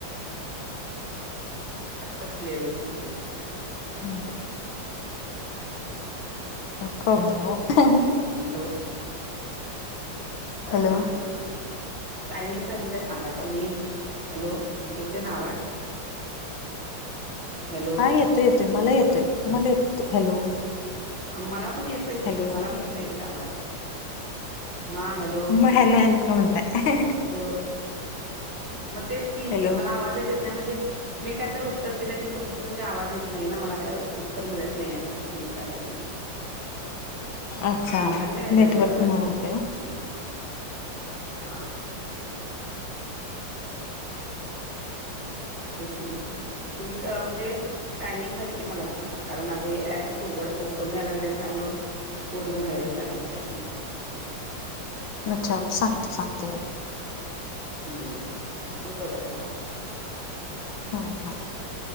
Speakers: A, on the right; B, on the left.
A: आवाज क्लियर येत नाहीये.
B: हम्म. हो, <unintelligible>
A: हॅलो.
B: हॅलो
A: हा हा टायमिंग झाली का सांगा, का मी हॅलो येतो ना आवाज हॅलो
B: हा येतोय येतोय मला येतंय, तुम्हाला येतेय हॅलो
A: मला पण येतोय की
B: हॅलो
A: मला पण येतोय की आवाज, हा हॅलो
B: मग हॅलो हॅलो, काय म्हणताय
A: हॅलो मग तेच कि
B: हॅलो
A: मला आवाजच येत नाय म्हणजे मी कायतरी उत्तर दिलं की तुमचं म्हणजे आवाज येत नाही ना मला काय उत्तर मिळत नाही आहे प्रश्न विचारला की
B: अच्छा
A: म्हणतान मी हॅलो
B: नेटवर्क
A: हॅलो करायले,
B: मुळ होतय ओ
A: हम्म. हा हा हा. तेच म्हटलं तुम्ही त अ म्हणजे टायमिंग झाली की मला सांगा कारण माझे हे ऍपच उघड ओपन व्हाय लागले त्यामुळ पूर्ण बाहेरच आली मी त्यातनं
B: अच्छा सांगते सांगते मी.
A: हम्म तुम्ही बघत रहा.
B: हा हा.